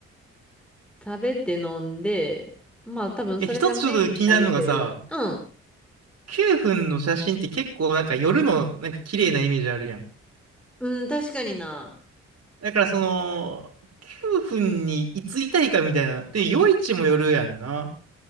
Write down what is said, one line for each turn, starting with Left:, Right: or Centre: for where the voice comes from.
Centre: 食べて飲んで、まあ多分それがメインになるけど、
Right: え、一つちょっと気になるのがさ、
Centre: うん。
Right: 9分の写真って結構なんか夜のなんか綺麗なイメージあるやん。
Centre: うん、確かにな。
Right: だからその、9分にいついたいかみたいな。で、夜市もよるやんな。